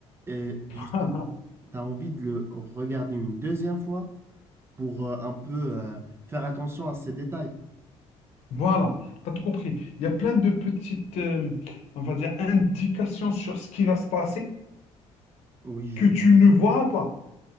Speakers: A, on the right (about 20°); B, on the left (about 65°).
A: et
B: <laughs>
A: justement, tu as envie de le regarder une deuxième fois pour euh, un peu euh, faire attention à ces détails.
B: Voilà, t'as tout compris. Il y a plein de petites, euh, on va dire, indications sur ce qui va se passer
A: Oui,
B: que
A: je comprends.
B: tu ne vois pas.